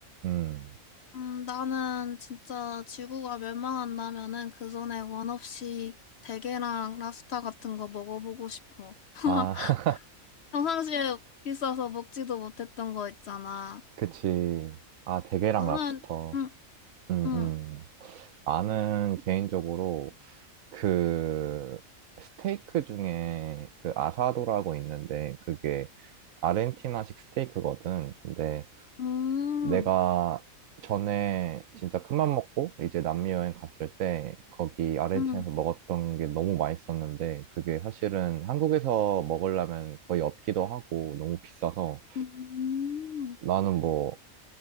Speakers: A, on the right (about 75°); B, on the left (about 65°).
A: 음,
B: 음, 나는 진짜 지구가 멸망한다면은 그 전에 원 없이 대게랑 랍스터 같은 거 먹어보고 싶어. <laughs>
A: 아.
B: 평상시에 비싸서 먹지도 못했던 거 있잖아.
A: 그치. 아, 대게랑
B: 너는,
A: 랍스터.
B: 응,
A: 음,
B: 응,
A: 음. 나는 개인적으로 그 스테이크 중에 그 아사도라고 있는데 그게 아르헨티나식 스테이크거든. 근데
B: 음,
A: 내가 전에 진짜 큰맘 먹고 이제 남미 여행 갔을 때 거기 아르헨티나에서
B: 음.
A: 먹었던 게 너무 맛있었는데 그게 사실은 한국에서 먹으려면 거의 없기도 하고 너무 비싸서
B: 음,
A: 나는 뭐